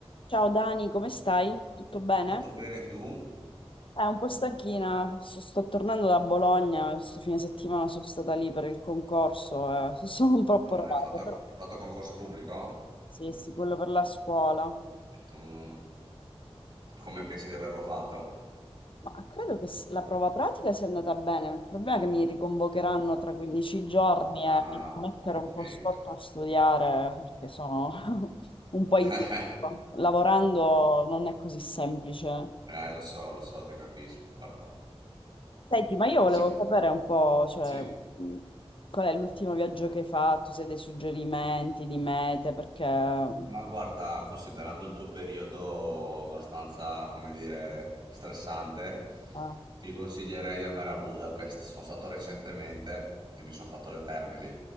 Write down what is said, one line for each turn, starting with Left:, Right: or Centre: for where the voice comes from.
Left: Ciao Dani, come stai? Tutto bene?
Right: Molto bene tu.
Left: Eh, un po' stanchina, so- sto tornando da Bologna, questo fine settimana sono stata lì per il concorso, eh, <laughs> sono un po' approvata,
Right: Ah, hai fatto, hai
Left: però
Right: fatto concorso pubblico?
Left: sì, sì, quello per la scuola.
Right: Mm, come
Left: Quindi-
Right: pensi di averlo fatto?
Left: Ma credo che s- la prova pratica sia andata bene, il problema è che mi riconvocheranno tra 15 giorni
Right: Ah,
Left: e mi devo mettere
Right: ho capito.
Left: un po' sotto a studiare perché sono <laughs> un po'
Right: <laughs>
Left: in... Lavorando non è così semplice.
Right: Eh, lo so, lo so, ti capisco, guarda.
Left: Senti, ma io
Right: Dici,
Left: volevo sapere un po', cioè,
Right: sì.
Left: mh, qual è l'ultimo viaggio che hai fatto, se hai dei suggerimenti di mete, perché... mm,
Right: Ma guarda, considerando il tuo periodo abbastanza, come dire, stressante,
Left: Ah,
Right: ti consiglierei di andare a Budapest. Sono stato recentemente e mi sono fatto le terme lì.